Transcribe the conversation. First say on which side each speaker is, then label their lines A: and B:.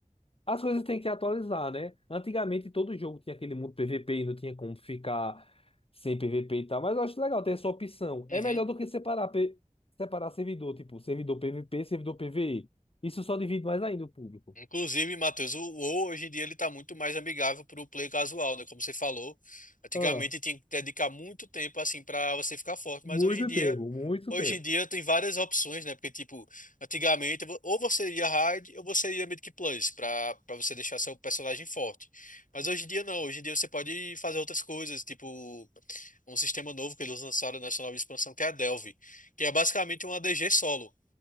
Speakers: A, on the left; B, on the left.
A: As coisas têm que atualizar, né? Antigamente todo jogo tinha aquele mundo PVP e não tinha como ficar sem PVP e tal, mas eu acho legal ter essa opção.
B: Uhum.
A: É melhor do que separar, P- separar servidor, tipo, servidor PVP, servidor PVE. Isso só divide mais ainda o público.
B: Inclusive, Matheus, o WoW hoje em dia ele tá muito mais amigável para o play casual, né? Como você falou, antigamente
A: Ah,
B: tinha que dedicar muito tempo assim para você ficar forte,
A: muito
B: mas hoje em dia,
A: tempo, muito
B: hoje
A: tempo.
B: em dia tem várias opções, né? Porque tipo, antigamente vo- ou você ia hard ou você ia mid plus para para você deixar seu personagem forte. Mas hoje em dia não, hoje em dia você pode fazer outras coisas, tipo um sistema novo que eles lançaram nessa nova expansão que é a Delve, que é basicamente uma DG solo.